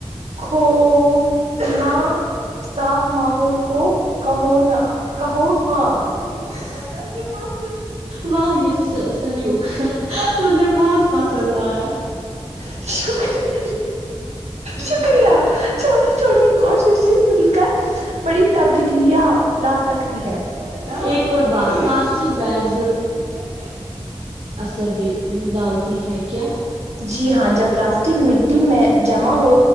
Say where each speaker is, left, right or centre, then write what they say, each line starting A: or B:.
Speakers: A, on the right; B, on the right.
A: کھونا صاف ماحول کو کہونا <unintelligible> کہو ہاں <unintelligible> سن کے پاس <unintelligible>
B: واہ <unintelligible> سلیو مجھے بہت پسند آیا <unintelligible>
A: ش <unintelligible> شکریہ چھوٹی چھوٹی کوششیں مل <unintelligible> گ بڑی <unintelligible> تبدیلیاں لا سکتے <unintelligible> ھوٹا چھوٹاتا
B: ایک اور بات پلاسٹک بیگ
A: <unintelligible>
B: ر د ڈالتی ہے کیا <unintelligible>
A: جی ہاں جب پلاسٹک مٹی میں جمع ہو